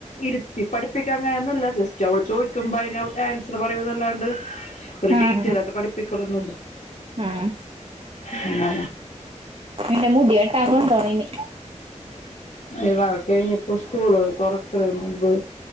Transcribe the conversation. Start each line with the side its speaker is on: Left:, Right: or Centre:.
Left: ഇരുത്തി പഠിപ്പിക്കാ അങ്ങനൊന്നുംല്ല ജസ്റ്റ് അവള് ചോദിക്കുമ്പോ അ ആൻസർ പറയന്നല്ലാണ്ട് ഒരു
Right: ആഹ്
Left: ഡീറ്റയ്ൽ ആയിട്ട് പഠിപ്പിക്കലൊന്നുല്ല
Right: ആഹ്
Left: അങ്ങ
Right: ഇവന്റെ മുടി വെട്ടാ കൊണ്ടോണം ഇനി
Left: ഇ വർക്ക്‌ കഴിഞ്ഞപ്പോ സ്കൂള് തുറക്കല്ന് മുമ്പ്